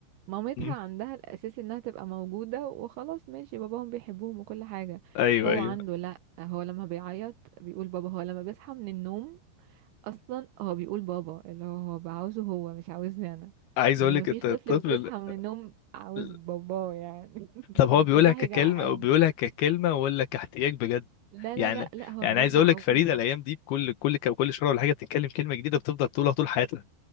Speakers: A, on the right (about 80°); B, on the left (about 70°).
A: مامتها
B: أمم.
A: عندها الاساس انها تبقى موجوده وخلاص ماشي باباهم بيحبوهم وكل حاجه
B: ايوه
A: هو
B: ايوه
A: عنده لا هو لما بيعيط بيقول بابا هو لما بيصحى من النوم اصلا هو بيقول بابا اللي هو هو عاوزه هو مش عاوزني انا
B: عايز
A: يعني
B: اقول لك
A: مفيش
B: الط- الطفل
A: طفل بيصحى
B: ال-
A: من النوم عاوز
B: ال-
A: باباه يعني <laughs> انت
B: طب هو بيقولها
A: صاحي
B: ككلمه
A: جعان
B: او بيقولها ككلمه ولا كاحتياج بجد
A: لا
B: يعني
A: لا لا لا هو
B: يعني
A: بجد
B: عايز اقول
A: عاوزه
B: لك فريده الايام دي بكل كل كل شهر ولا حاجه بتتكلم كلمه جديده بتفضل تقولها طول حياتها